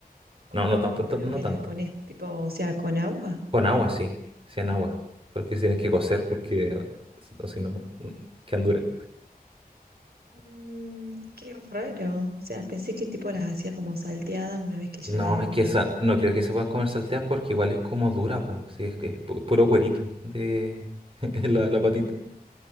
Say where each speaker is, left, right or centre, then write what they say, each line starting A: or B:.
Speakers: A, on the right; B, on the right.
A: Con,
B: No, no tanto,
A: pero
B: no
A: ¿qué
B: tanto.
A: las pones tipo, o sea, con agua.
B: Con agua, sí, sí en agua, porque tienes que cocer porque
A: Ah,
B: o si no, quedan duras.
A: mm, qué raro. O sea, pensé que tipo las hacía como salteadas una vez que ya
B: No,
A: las hervía.
B: es que esa, no creo que se puedan comer salteadas porque igual es como dura, pues, sí, es que es pu- puro cuerito de <laughs> la, la patita.
A: Ujú.